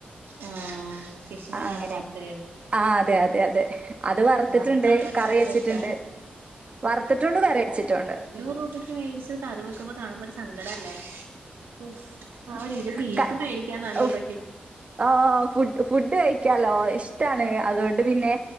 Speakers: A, on the right (about 80°); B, on the right (about 35°).
A: ആഹ് ഫിഷിനോടാണോ
B: ആഹ് അങ്ങനെയൊക്കെ.
A: താല്പര്യം.
B: ആഹ് അതെ അതെ അതെ. അത് വറുത്തിട്ടുണ്ട്
A: വറുത്തതൊക്കെ
B: കറി വെച്ചിട്ടുണ്ട്
A: വെച്ചോ
B: വറുത്തിട്ടും ഉണ്ട് കറി വെച്ചിട്ടും ഉണ്ട്.
A: നൂറ് രൂപയ്ക്ക് വേടിച്ച് കറി വെക്കുമ്പോ കാണുമ്പോരു സങ്കടാല്ലേ. ഉം ആഹ് ഒരിലോ ബീഫ്
B: ക
A: മേടിക്കാം നാന്നൂറ്
B: ഉഫ്
A: രൂപക്ക്.
B: ആഹ് ഫുഡ് ഫുഡ് കഴിക്കാലോ ഇഷ്ട്ടാണ് അതോണ്ട് പിന്നെ.